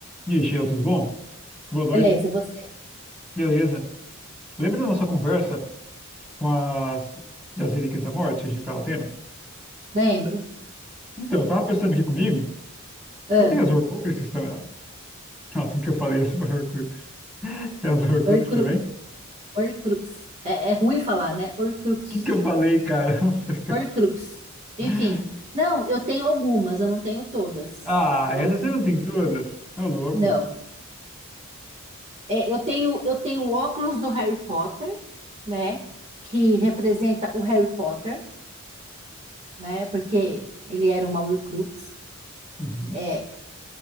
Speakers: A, in the centre; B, on the right.
A: E aí, Sheila, tudo bom? Boa noite.
B: Beleza, e você?
A: Beleza. Lembra da nossa conversa com as das Relíquias da Morte que a gente estava tendo?
B: Lembro.
A: Então, eu tava pensando aqui comigo,
B: Ah,
A: você tem as Horcruxes também? Nossa, o <laughs> que eu falei as Horcrux? <laughs> Tem as Horcruxes
B: Horcrux.
A: também? O
B: Horcrux. É, é ruim falar, né? Horcrux.
A: que que eu falei, cara? <laughs> Não sei o que
B: Horcrux.
A: eu-
B: Enfim.
A: <laughs>
B: Não, eu tenho algumas, eu não tenho todas.
A: Ah,
B: Vamos
A: essas você
B: lá.
A: não tem todas? É louco.
B: Não. É, eu tenho, eu tenho o óculos do Harry Potter, né? Que representa o Harry Potter, né? Porque ele era uma Horcrux.
A: Uhum,
B: é.